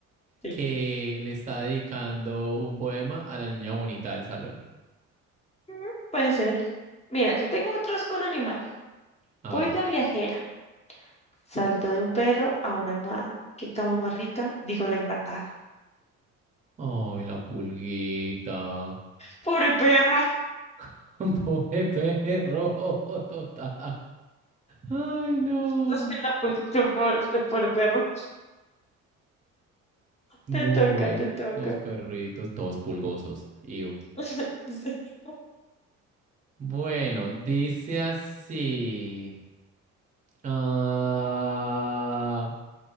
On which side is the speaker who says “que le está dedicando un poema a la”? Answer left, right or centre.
Right